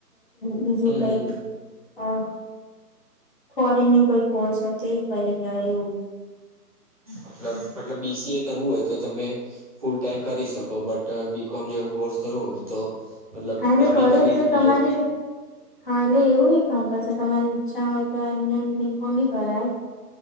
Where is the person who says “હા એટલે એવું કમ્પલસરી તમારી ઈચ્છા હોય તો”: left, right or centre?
Left